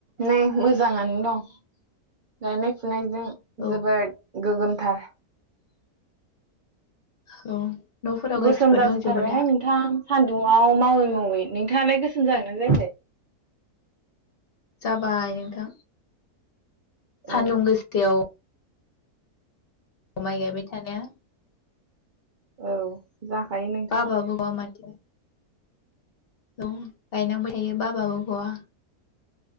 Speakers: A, on the right; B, on the left.
A: नाय मोजाङानो दं गायनाय फुनाय जों
B: औ
A: जोबोद गोगोमथार
B: औ न'फोराव गासिबो
A: गोसोम जाजोबथारबायहाय
B: दंजोबो दा
A: नोंथां सान्दुआव मावै मावै नोंथाङालाय गोसोम जागोन जायाखै
B: जाबाय नोंथां सान्दुं
A: औ
B: गोसथायाव माइ गायबाय थानाया
A: औ जाखायो नोंथां
B: बाबाबो गवा माथो औ गायनांबाय थायो बाबाबो गआ